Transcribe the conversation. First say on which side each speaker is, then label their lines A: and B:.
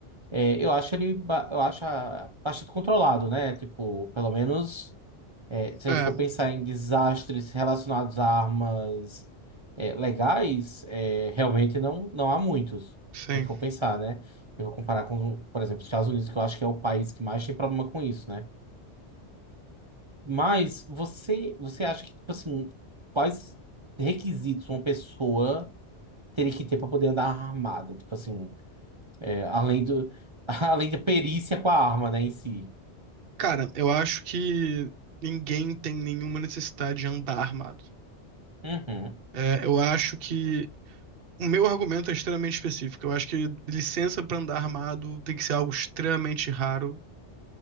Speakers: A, on the right; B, on the right.
A: é, eu acho ele, ba- eu acho a- bastante controlado, né? Tipo, pelo menos É, se
B: É,
A: a gente for pensar em desastres relacionados a armas é, legais, é, realmente não, não há muitos.
B: sim.
A: Se a gente for pensar, né? Eu vou comparar com, por exemplo, os Estados Unidos, que eu acho que é o país que mais tem problema com isso, né? Mas você, você acha que, tipo assim, quais requisitos uma pessoa teria que ter para poder andar armado? Tipo assim, é, além do, <laughs> além da perícia com a arma, né, em si.
B: Cara, eu acho que ninguém tem nenhuma necessidade de andar armado.
A: Uhum.
B: É, eu acho que o meu argumento é extremamente específico. Eu acho que licença pra andar armado tem que ser algo extremamente raro